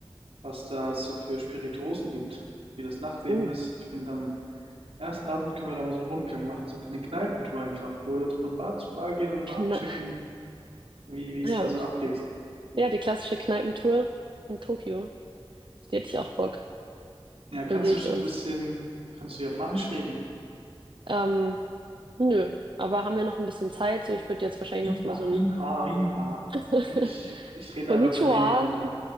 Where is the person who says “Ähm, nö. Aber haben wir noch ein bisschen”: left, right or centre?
Right